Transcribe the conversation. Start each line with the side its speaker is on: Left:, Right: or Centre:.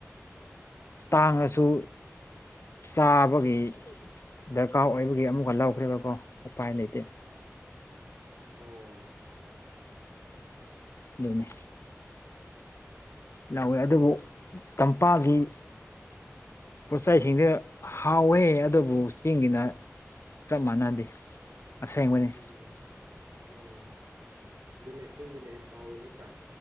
Left: ꯇꯥꯡꯉꯁꯨ ꯆꯥꯕꯒꯤ ꯗꯔꯀꯥꯔ ꯑꯣꯏꯕꯒꯤ ꯑꯃꯨꯛꯀ ꯂꯧꯈ꯭ꯔꯦꯕꯀꯣ ꯎꯄꯥꯏ ꯂꯩꯇꯦ
Right: ꯑꯣ
Left: ꯑꯗꯨꯅꯦ ꯂꯧꯥꯎꯋꯦ ꯑꯗꯨꯕꯨ ꯆꯝꯄꯥꯒꯤ ꯄꯣꯠꯆ ꯆꯩꯁꯤꯡꯁꯦ ꯍꯥꯎꯋꯦ ꯑꯗꯨꯕꯨ ꯆꯤꯡꯒꯤꯅ ꯆꯞ ꯃꯥꯟꯅꯗꯦ ꯑꯁꯦꯡꯕꯅꯤ
Right: ꯎꯝ ꯎꯝ ꯑꯗꯨꯅꯦ ꯆꯤꯡꯒꯤꯅ ꯍꯦ ꯍꯥꯎꯋꯦ ꯅꯠꯇ꯭ꯔꯥ